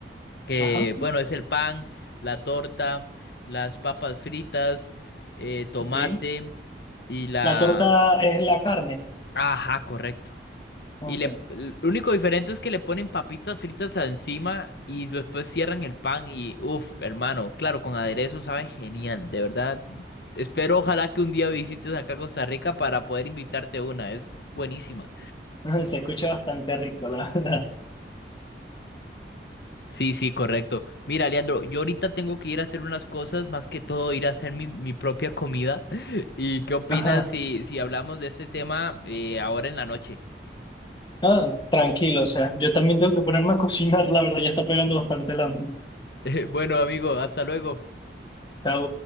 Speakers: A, on the left; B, on the left.
A: que
B: ajá.
A: bueno, es el pan, la torta, las papas fritas, eh, tomate
B: bien.
A: y la...
B: La torta es la carne.
A: Ajá, correcto.
B: Ok.
A: Y le, l- lo único diferente es que le ponen papitas fritas a encima y después cierran el pan y, uff, hermano, claro, con aderezo sabe genial, de verdad. Espero, ojalá que un día visites acá a Costa Rica para poder invitarte una, es buenísima.
B: <laughs> Se escucha bastante rico, la verdad.
A: Sí, sí, correcto. Mira, Leandro, yo ahorita tengo que ir a hacer unas cosas, más que todo ir a hacer mi, mi propia comida. <laughs> ¿Y qué opinas
B: Ajá.
A: si, si hablamos de este tema eh, ahora en la noche?
B: No, tranquilo, o sea, yo también tengo que ponerme a cocinar, la verdad, ya está pegando bastante la hambre.
A: <laughs> Bueno, amigo, hasta luego.
B: Chao.